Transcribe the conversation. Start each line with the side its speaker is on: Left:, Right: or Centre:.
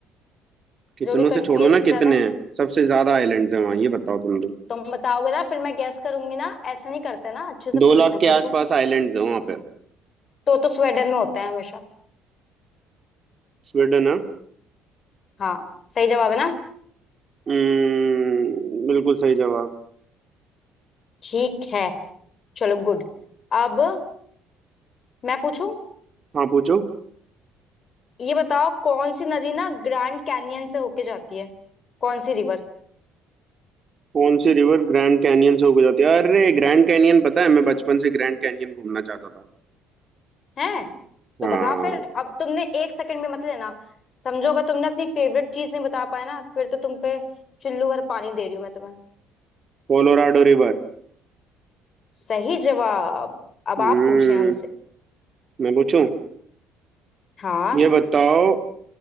Right: कितनों
Left: जो भी कंट्री
Right: से छोड़ो
Left: है
Right: ना
Left: सबसे
Right: कितने
Left: ज्यादा
Right: हैं सबसे ज्यादा आइलैंड्स हैं वहाँ ये बताओ तुम तो
Left: तुम बताओगे ना फिर मैं गैस करूंगी ना ऐसे नहीं करते ना अच्छे से
Right: दो
Left: पूछते
Right: लाख
Left: हैं
Right: के
Left: पूछो
Right: आसपास आइलैंड्स हैं वहाँ पे
Left: तो तो स्वेडन में होता है हमेशा
Right: स्वीडन है
Left: हाँ सही जवाब है ना
Right: हम्म बिल्कुल सही जवाब
Left: ठीक है चलो गुड अब मैं पूछूं
Right: हाँ पूछो
Left: ये बताओ कौन सी नदी ना ग्रैंड कैनियन से होके जाती है कौन सी रिवर
Right: कौन सी रिवर ग्रैंड कैनियन से होकर जाती है अरे ग्रैंड कैनियन पता है मैं बचपन से ग्रैंड कैनियन घूमना चाहता था
Left: है तो
Right: हाँ
Left: बताओ फिर अब तुमने एक सेकंड भी मत लेना समझो अगर तुमने अपनी फेवरेट चीज नहीं बता पाया ना फिर तो तुम पे चुल्लू भर पानी दे रही हूं मैं तुम्हें
Right: Colorado river
Left: सही जवाब अब
Right: हम्म
Left: आप पूछे हमसे
Right: मैं पूछूं
Left: हाँ
Right: ये बताओ